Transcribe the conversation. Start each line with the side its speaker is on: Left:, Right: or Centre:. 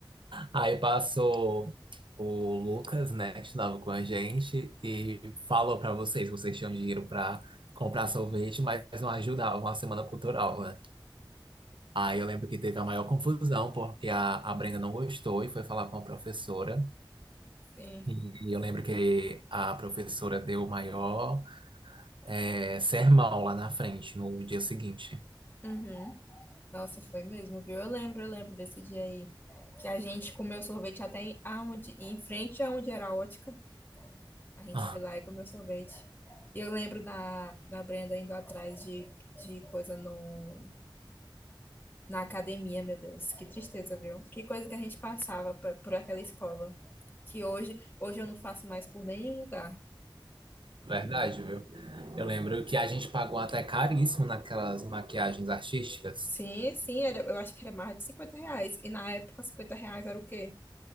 Right: Aí passou o Lucas, né, que estudava com a gente, e falou pra vocês que vocês tinham dinheiro pra comprar sorvete, mas não ajudavam a semana cultural, né? Aí eu lembro que teve a maior confusão, porque a, a Brenda não gostou e foi falar com a professora.
Left: Sim.
Right: E eu lembro que a professora deu o maior eh, sermão lá na frente, no dia seguinte.
Left: Uhum. Nossa, foi mesmo, viu? Eu lembro, eu lembro desse dia aí. Que a gente comeu sorvete até em, aonde, em frente aonde era a ótica. A gente
Right: <laughs>
Left: foi lá e comeu sorvete. E eu lembro da, da Brenda indo atrás de, de coisa no, na academia, meu Deus. Que tristeza, viu? Que coisa que a gente passava por, por aquela escola. Que hoje, hoje eu não faço mais por nenhum lugar.
Right: Verdade, viu? Eu lembro que a gente pagou até caríssimo naquelas maquiagens artísticas.
Left: Sim, sim, era, eu acho que era mais de 50 reais. E na época, 50 reais era o quê?